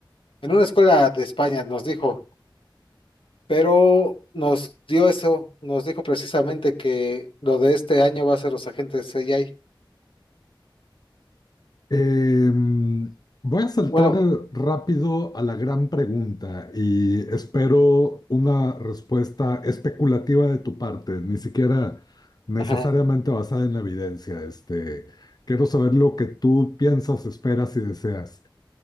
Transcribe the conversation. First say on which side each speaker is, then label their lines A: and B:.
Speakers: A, on the left (about 85°); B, on the left (about 50°).
A: en una escuela de España, nos dijo, pero nos dio eso, nos dijo precisamente que lo de este año va a ser los agentes AI.
B: Eh, voy a saltar
A: Bueno,
B: rápido a la gran pregunta y espero una respuesta especulativa de tu parte, ni siquiera necesariamente
A: ajá,
B: basada en la evidencia. Este, quiero saber lo que tú piensas, esperas y deseas.